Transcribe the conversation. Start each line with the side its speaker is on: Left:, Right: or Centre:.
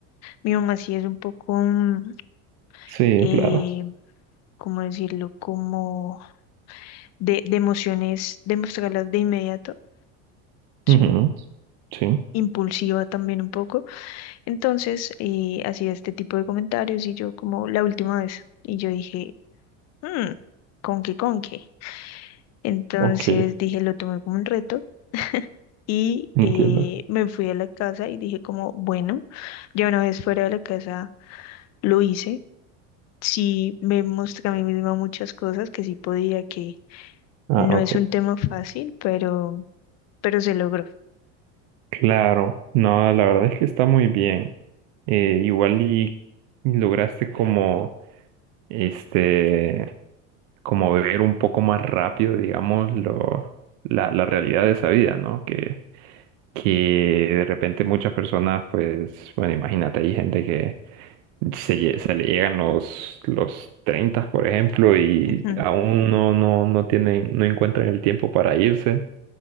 Left: mi mamá sí es un poco, mm,
Right: Sí,
Left: eh,
Right: claro.
Left: ¿cómo decirlo? Como de, de emociones, de de inmediato, ¿sí?
Right: Ujú, Sí,
Left: impulsiva también un poco. Entonces, eh, hacía este tipo de comentarios y yo como la última vez, y yo dije, "Mm, ¿con qué, con qué? Entonces
Right: ok.
Left: dije, lo tomé como un reto y
Right: Entiendo.
Left: eh, me fui a la casa y dije como, bueno, ya una vez fuera de la casa lo hice. Sí me mostré a mí misma muchas cosas que sí podía, que
Right: Ah,
Left: no
Right: ok.
Left: es un tema fácil, pero, pero se logró.
Right: Claro. No, la verdad es que está muy bien. Eh, igual y lograste como, este... como ver un poco más rápido, digamos, lo, la, la realidad de esa vida, ¿no? Que, que de repente muchas personas, pues, bueno, imagínate, hay gente que se, lle- se le llegan los, los 30, por ejemplo, y
Left: Ujú,
Right: aún no, no, no tienen, no encuentran el tiempo para irse.